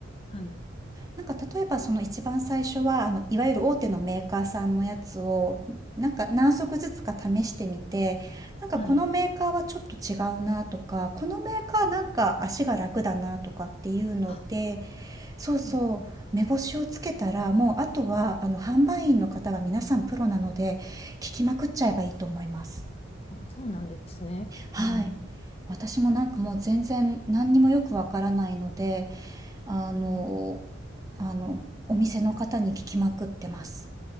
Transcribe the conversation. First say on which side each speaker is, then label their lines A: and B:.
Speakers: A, on the left (about 30°); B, on the right (about 15°).
A: はい。
B: なんか例えばその一番最初は、あの、いわゆる大手のメーカーさんのやつを、なんか何足ずつか試してみて、なんかこのメーカーはちょっと違うなとか、
A: はい。
B: このメーカーなんか足が楽だなとかっていうので、
A: あ、
B: そうそう、
A: うんうん
B: 目星をつけたら、もうあとは、あの、販売員の方が皆さんプロなので、聞きまくっちゃえばいいと思います。
A: あそうなんですね。
B: はい。
A: うん。
B: 私もなんかもう全然何にもよくわからないので、あの
A: うん、
B: あの、お店の方に聞きまくってます。